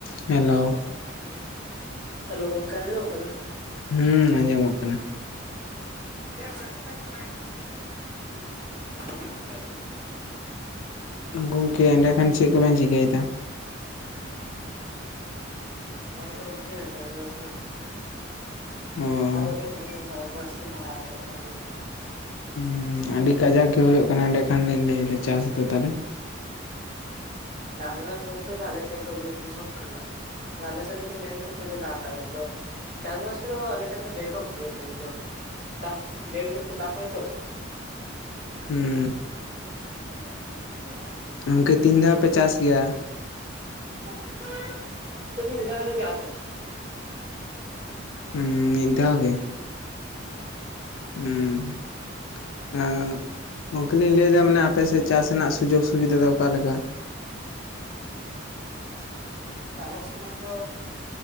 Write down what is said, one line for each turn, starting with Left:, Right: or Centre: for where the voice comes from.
Left: Hello
Right: <inaudible> hello ᱜᱚᱝᱠᱮ ᱟᱸᱡᱚᱢᱚᱜ ᱠᱟᱱᱟ?
Left: ᱦᱩᱸ ᱟᱸᱡᱚᱢᱚᱜ ᱠᱟᱱᱟ᱾
Right: <unintelligible>
Left: ᱜᱚᱝᱠᱮ ᱮᱸᱰᱮ ᱠᱷᱟᱱ ᱪᱮᱜ ᱠᱚᱵᱮᱱ ᱪᱤᱠᱟᱹᱭ ᱮᱫᱟ?
Right: ᱦᱳᱭ ᱛᱚ ᱜᱚᱝᱠᱮ ᱪᱟᱥ ᱵᱟᱥ <unintelligible>
Left: ᱚ
Right: ᱟᱨ ᱵᱟᱠᱷᱟᱡ ᱢᱤᱱᱟᱹᱧᱟ ᱪᱟᱥ ᱵᱟᱥ ᱠᱚ ᱠᱚᱲᱦᱟᱣ ᱦᱩᱭᱩᱜ ᱠᱟᱱᱟ <unintelligible>
Left: ᱦᱩᱸ ᱟᱹᱰᱤ ᱠᱟᱡᱟᱠ ᱜᱮ ᱦᱳᱭᱳᱜ ᱠᱟᱱᱟ ᱮᱸᱰᱮ ᱠᱷᱟᱱ ᱞᱤᱧ ᱞᱟᱹᱭᱫᱟ ᱪᱟᱥ ᱛᱮ ᱛᱟᱞᱦᱮ᱾
Right: ᱪᱟᱥ ᱵᱟᱥ ᱵᱚᱞᱛᱮ ᱫᱚ ᱟᱯᱮ ᱥᱮᱱ ᱫᱚ ᱵᱤᱨ ᱫᱤᱥᱚᱢ ᱠᱟᱱᱟ᱾ ᱟᱞᱮ ᱥᱮᱜ ᱠᱟᱴᱤᱡ ᱞᱮᱴ ᱧᱚᱜ ᱛᱮᱠᱮ ᱫᱟᱜ ᱮᱫᱟᱭ ᱟᱫᱚ ᱪᱟᱥ ᱵᱟᱥ ᱠᱚᱫᱚ ᱟᱞᱮ ᱥᱮᱜ ᱫᱚ ᱞᱮᱴᱚᱜ ᱜᱮᱭᱟ ᱠᱟᱹᱡ ᱫᱚ, ᱪᱟᱥ ᱞᱮᱴ ᱧᱚᱜ ᱛᱮ ᱪᱟᱸ ᱟᱭ ᱛᱚ᱾
Left: ᱦᱩᱸ
Right: <inaudible>
Left: ᱜᱚᱝᱠᱮ ᱛᱤᱱ ᱫᱷᱟᱣ ᱯᱮ ᱪᱟᱥ ᱜᱮᱭᱟ?
Right: <unintelligible> ᱢᱤᱫ ᱫᱷᱟᱣ ᱪᱟᱥᱟ᱾
Left: ᱦᱩᱸ ᱢᱤᱫ ᱫᱷᱟᱣ ᱜᱮ᱾ ᱦᱩᱸ᱾ ᱚᱹ ᱜᱚᱝᱠᱮ ᱞᱤᱧ ᱞᱟᱹᱭᱮᱫᱟ ᱢᱟᱱᱮ ᱟᱯᱮᱥᱮᱜ ᱪᱟᱥ ᱨᱮᱱᱟᱜ ᱥᱩᱡᱳᱜᱽ ᱥᱩᱵᱤᱫᱷᱟ ᱫᱚ ᱚᱠᱟ ᱞᱮᱠᱟ?
Right: ᱟᱞᱮ ᱥᱮᱜ ᱢᱟᱛᱚ